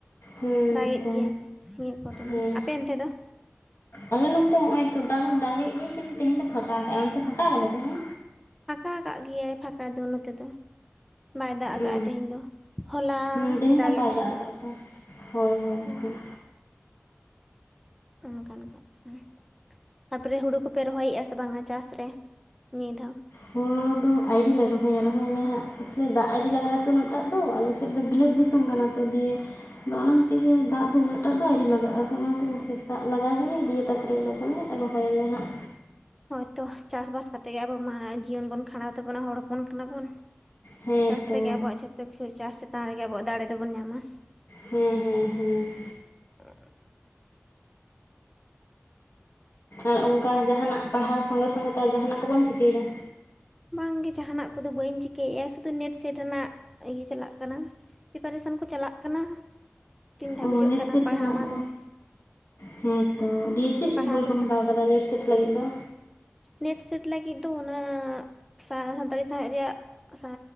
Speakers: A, on the left; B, in the centre.
A: ᱦᱮᱸ
B: ᱫᱟᱜᱮᱫ
A: ᱛᱚ
B: ᱜᱮᱭᱟᱭ ᱱᱤᱭᱟᱹ ᱠᱚᱴᱷᱮᱱ,
A: ᱦᱮᱸ
B: ᱟᱯᱮ ᱚᱱᱛᱮ ᱫᱚ?
A: ᱟᱞᱮ ᱚᱱᱛᱮ ᱦᱚᱸᱜᱼᱚᱭ ᱛᱚ ᱫᱟᱜ ᱫᱟᱜᱮᱜ ᱜᱮᱭᱟᱭ ᱠᱤᱱᱛᱩ ᱛᱮᱦᱤᱧ ᱫᱚ ᱯᱷᱟᱸᱠᱟ ᱠᱟᱜᱼᱟ ᱚᱱᱛᱮ ᱯᱷᱟᱸᱠᱟ ᱠᱟᱫᱟᱭ ᱛᱟᱦᱮᱧ?
B: ᱯᱷᱟᱸᱠᱟ ᱟᱠᱟᱫ ᱜᱮᱭᱟᱭ ᱯᱷᱟᱸᱠᱟ ᱫᱚ ᱱᱚᱛᱮ ᱫᱚ᱾ ᱵᱟᱭ ᱫᱟᱜ ᱟᱠᱟᱫ
A: ᱚ
B: ᱛᱮᱦᱮᱧ ᱫᱚ ᱦᱚᱞᱟ
A: ᱦᱮᱸ ᱛᱮᱦᱮᱧ
B: ᱮ ᱫᱟᱜ
A: ᱫᱚ ᱵᱟᱭ
B: ᱛᱟᱦᱮᱸ ᱦᱮᱸ
A: ᱟᱠᱟᱫ ᱛᱚ ᱦᱳᱭ ᱦᱳᱭ ᱦᱳᱭ
B: ᱾ ᱚᱱᱠᱟᱱ ᱠᱟᱛᱷᱟ ᱦᱩᱸ᱾ ᱛᱟᱯᱚᱨᱮ ᱦᱩᱲᱩ ᱠᱚᱯᱮ ᱨᱚᱦᱚᱭᱮᱫᱼᱟ ᱥᱮ ᱵᱟᱝᱟ ᱪᱟᱥ ᱨᱮ ᱱᱤᱭᱟᱹ ᱫᱷᱟᱣ?
A: ᱦᱩᱲᱩ ᱫᱚ ᱟᱹᱣᱨᱤ ᱞᱮ ᱨᱚᱦᱚᱭᱟ, ᱨᱚᱦᱚᱭᱟᱞᱮ ᱦᱟᱸᱜ ᱫᱟᱜ ᱟᱹᱣᱨᱤ ᱞᱟᱜᱟ ᱛᱚ ᱩᱱᱟᱹᱜ ᱴᱟᱜ ᱫᱚ ᱟᱞᱮᱥᱮᱫ ᱫᱚ ᱵᱤᱞᱟᱹᱛ
B: ᱦᱮᱸ
A: ᱫᱤᱥᱚᱢ ᱠᱟᱱᱟ ᱛᱚ ᱫᱤᱭᱮ ᱟᱫᱚ ᱚᱱᱟ ᱛᱮᱜᱮ ᱫᱟᱜ ᱫᱚ ᱩᱱᱟᱹᱜ ᱴᱟᱜ ᱫᱚ ᱟᱹᱣᱨᱤ ᱞᱟᱜᱟᱜᱼᱟ ᱟᱫᱚ ᱚᱱᱟᱛᱮ ᱫᱟᱜ ᱞᱟᱜᱟᱣ ᱦᱚᱪᱚᱱᱤᱡ
B: ᱦᱮᱸ
A: ᱫᱤᱭᱮ ᱛᱟᱨᱯᱚᱨᱮ ᱞᱮ ᱯᱟᱞᱮᱜ ᱨᱚᱦᱚᱭᱟᱞᱮ ᱦᱟᱸᱜ᱾
B: ᱦᱳᱭᱛᱚ ᱪᱟᱥ ᱵᱟᱥ ᱠᱟᱛᱮᱜ ᱜᱮ ᱟᱵᱚ ᱢᱟ ᱡᱤᱭᱚᱱ ᱵᱚᱱ ᱠᱷᱟᱸᱰᱟᱣ ᱛᱟᱵᱚᱱᱟ ᱦᱚᱲ ᱦᱚᱯᱚᱱ ᱠᱟᱱᱟᱵᱚᱱ᱾
A: ᱦᱮᱸ
B: ᱪᱟᱥ
A: ᱛᱚ
B: ᱛᱮᱜᱮ ᱟᱵᱚᱣᱟᱜ ᱡᱷᱚᱛᱚ ᱠᱤᱪᱷᱩ ᱪᱟᱥ ᱪᱮᱛᱟᱱ ᱨᱮᱜᱮ ᱟᱵᱚᱣᱟᱜ ᱫᱟᱲᱮ ᱫᱚᱵᱚᱱ ᱧᱟᱢᱟ᱾
A: ᱦᱮᱸ ᱦᱮᱸ ᱦᱮᱸ᱾
B: <unintelligible>
A: ᱟᱨ ᱚᱱᱠᱟ ᱡᱟᱦᱟᱸ ᱱᱟᱜ ᱯᱟᱲᱦᱟᱣ ᱥᱚᱸᱜᱮ ᱥᱚᱸᱜᱮ ᱛᱮ ᱡᱟᱦᱟᱸ ᱱᱟᱜ ᱠᱚ ᱵᱟᱢ ᱪᱤᱠᱟᱹᱭ ᱫᱟ?
B: ᱵᱟᱝ ᱜᱮ ᱡᱟᱦᱟᱸ ᱱᱟᱜ ᱠᱚᱫᱚ ᱵᱟᱹᱧ ᱪᱤᱠᱟᱹᱭᱮᱜ-ᱟ ᱥᱩᱫᱩ ᱱᱮᱴ ᱥᱮᱴ ᱨᱮᱱᱟᱜ ᱤᱭᱟᱹ ᱪᱟᱞᱟᱜ ᱠᱟᱱᱟ᱾ ᱯᱤᱯᱟᱨᱮᱥᱚᱱ ᱠᱚ ᱪᱟᱞᱟᱜ ᱠᱟᱱᱟ ᱛᱤᱱ ᱫᱷᱟᱹᱵᱤᱡᱚᱜ
A: ᱚ ᱱᱮᱴ
B: ᱠᱟᱱᱟ
A: ᱥᱮᱴ
B: ᱯᱟᱲᱦᱟᱣ
A: ᱨᱮᱱᱟᱜ
B: ᱢᱟ
A: ᱫᱚ
B: ᱫᱚᱼᱼ
A: ᱦᱮᱸ ᱛᱚ ᱫᱤᱭᱮ ᱪᱤᱜ
B: ᱯᱟᱲᱦᱟᱣ
A: ᱵᱳᱭ ᱠᱚᱢ
B: ᱫᱚ
A: ᱦᱟᱛᱟᱣ ᱠᱟᱫᱟ ᱱᱮᱴ ᱥᱮᱴ ᱞᱟᱹᱜᱤᱫ ᱫᱚ?
B: ᱱᱮᱴ ᱥᱮᱴ ᱞᱟᱹᱜᱤᱫ ᱫᱚ ᱚᱱᱟ ᱥᱟ ᱥᱟᱱᱛᱟᱲᱤ ᱥᱟᱶᱦᱮᱫ ᱨᱮᱭᱟᱜᱼᱼ ᱥᱟᱶ